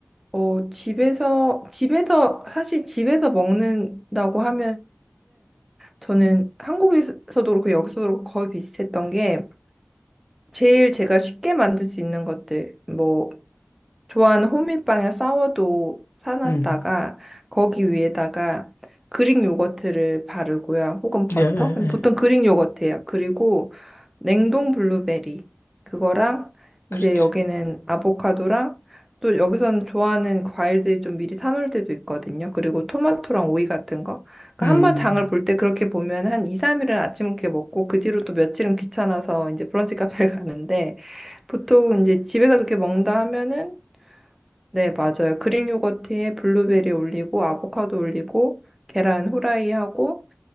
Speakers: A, in the centre; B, on the left.
A: 어, 집에서, 집에서, 사실 집에서 먹는다고 하면은, 저는 한국에서도 그렇고 여기서도 그렇고 거의 비슷했던 게, 제일 제가 쉽게 만들 수 있는 것들, 뭐, 좋아하는 호밀빵을 사워도 사놨다가
B: 음,
A: 거기 위에다가 그릭 요거트를 바르고요. 혹은 버터?
B: 예, 예,
A: 근데 보통
B: 예.
A: 그릭 요거트예요. 그리고 냉동 블루베리 그거랑
B: 그렇죠
A: 이제 여기는 아보카도랑 또 여기서는 좋아하는 그 과일들이 좀 미리 사놓을 때도 있거든요. 그리고 토마토랑 오이 같은 거. 그러니까
B: 음,
A: 한 번 장을 볼 때 그렇게 보면 한 2, 3일은 아침 이렇게 먹고 그 뒤로 또 며칠은 귀찮아서 이제 브런치 카페를 <laughs> 가는데 보통 이제 집에서 그렇게 먹는다 하면은 네, 맞아요. 그릭 요거트에 블루베리 올리고 아보카도 올리고 계란 후라이 하고